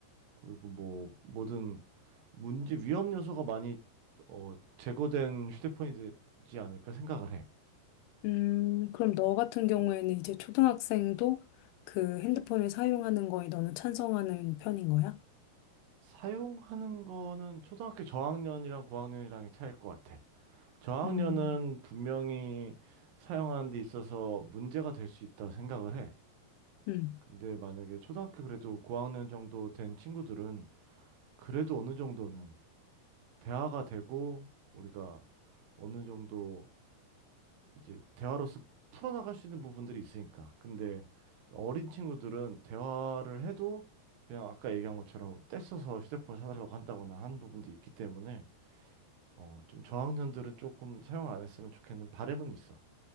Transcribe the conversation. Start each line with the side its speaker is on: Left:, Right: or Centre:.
Right: 그리고 뭐 뭐든 문제 위험 요소가 많이 어, 제거된 휴대폰이 되지 않을까 생각을 해.
Left: 음, 그럼 너 같은 경우에는 이제 초등학생도 그 핸드폰을 사용하는 거에 너는 찬성하는 편인 거야?
Right: 사용하는 거는 초등학교 저학년이랑 고학년이랑의 차이일 것 같아. 저학년은
Left: 음,
Right: 분명히 사용하는 데 있어서 문제가 될 수 있다고 생각을 해.
Left: 음,
Right: 근데 만약에 초등학교 그래도 고학년 정도 된 친구들은 그래도 어느 정도는 대화가 되고 우리가 어느 정도 이제 대화로서 풀어나갈 수 있는 부분들이 있으니까. 근데 어린 친구들은 대화를 해도 그냥 아까 얘기한 것처럼 떼써서 휴대폰 사달라고 한다거나 하는 부분도 있기 때문에 어, 좀 저학년들은 조금 사용 안 했으면 좋겠는 바램은 있어.